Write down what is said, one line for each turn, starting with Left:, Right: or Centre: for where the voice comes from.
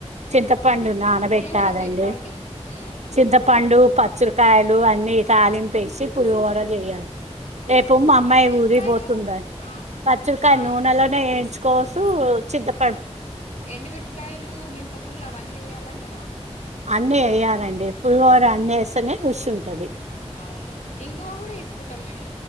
Right: చింతపండు నానబెట్టాలండి
Left: పులిహోర చెప్పండి ఊ
Right: చింతపండు పచ్చిరికాయలు అన్నీ తాలింపేసి పులిహోర చెయ్యా రేపు మా అమ్మాయి
Left: పచ్చిమిరపకాయలు
Right: ఊరికిపోతుంద
Left: ఆ
Right: పచ్చిరుకాయలు
Left: ఆ
Right: నూనెలోనే
Left: చెప్
Right: ఏంచు కోస చింతప
Left: ఎండు మిరపకాయలు మినపగుండ్లు అవన్నీ ఎయ్యాలంటగా
Right: అన్నీ ఎయ్యాలండి పులిహోర అన్నీ ఏస్తేనే రుచి ఉంటది
Left: అవును ఇంగువ కూడా ఏసుకుంటాం మేము